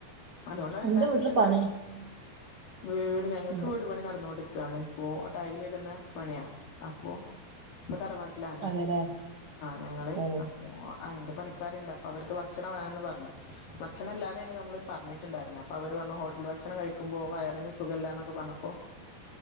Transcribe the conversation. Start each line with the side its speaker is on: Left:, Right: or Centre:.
Left: അതുകൊണ്ട ഉണ്ടാക്കിട്ടുണ്ടായിരുന്നു.
Right: എന്താ വീട്ടില് പണി
Left: വീട് ഞങ്ങക്ക്
Right: ഇത്.
Left: വീട് പണി നടന്നോണ്ട് ക്കാണ് ഇപ്പോ ടൈൽ ഇടുന്ന പണിയാ അപ്പോ ഇപ്പ തറവാട് ട്ടിലാണ്
Right: അതെല്ലേ
Left: ഞങ്ങള്
Right: ഓ
Left: അപ്പോ അയ്ന്റെ പണിക്കാരുണ്ടാവും അവർക്ക് ഭക്ഷണം വേണെന്ന് പറഞ്ഞു ഭക്ഷണല്ലാതെന്നു നമ്മള് പറഞ്ഞിട്ടുണ്ടായിരുന്നേ അപ്പൊ അവര് പറഞ്ഞു ഹോട്ടൽ ഭക്ഷ ഭക്ഷണം കഴിക്കുമ്പോ വയറിന് സുഖല്ലാന്നൊക്കെ പർഞ്ഞപ്പോ